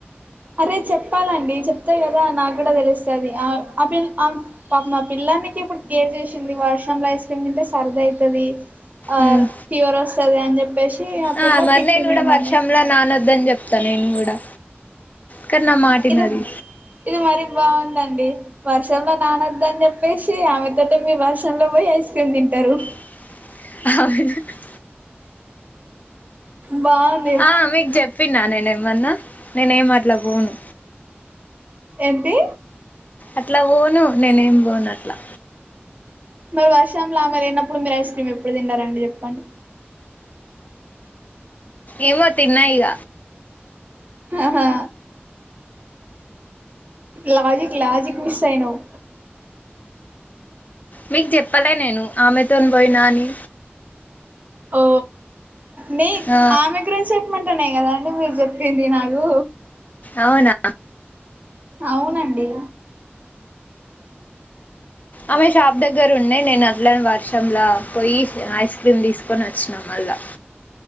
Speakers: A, on the right; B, on the left.
A: అరే చెప్తారండి చెప్తే కదా నాకు కూడా తెలుస్తాది ఆమె ఆ పిల్ ఆం పాపం ఆ పిల్ల నీకి ఇప్పుడు కేర్ చేసింది వర్షం లో ఐస్ తుమ్మితే సర్ది అయితది ఆర్
B: ఉమ్
A: ఫీవర్ వస్తది అని చెప్పేసి పిల్ల
B: ఆ మరి
A: తిట్టింది
B: నేను కూడా
A: మిమ్మల్ని
B: వర్షంలో నానోద్దని చె తా నేను కూడా కానీ నా మాట యినది
A: ఇది ఇది మరీ బావుందండి వర్షంలో నానద్దు అని చెప్పేసి ఆమెతోటే మీరు వర్షంలో పొయ్యి ఐస్ క్రీమ్ తింటారు
B: <unintelligible>
A: బాన్
B: ఆ మీకు చెప్పిన నేనే ఏమన్నా నేనే ఏం అట్లా పోను
A: ఏంటి
B: అట్లా పోను నేనేం పోను అట్లా
A: మరి వర్షాంలోలా ఆమె లేనప్పుడు మీరు ఐస్ క్రీమ్ ఎప్పుడు తిన్నారండి చెప్పండి
B: ఏమో తిన్నాయిగ
A: ఆహా లాజిక్ లాజిక్ మిస్ అయినావ్
B: మీకు చెప్పలే నేను ఆమెతోని పోయినా అని
A: ఓ న
B: ఆ,
A: ఆమెగ్రన్స్ మంటున్నా కదాండి మీరు చెప్పింది నాకు
B: అవునా
A: అవునండి
B: ఆమె షాప్ దగ్గర ఉండే నేను అట్లని వర్షంలా పోయి ఐస్ క్రీమ్ తీసుకొని వచ్చినాం మళ్ళా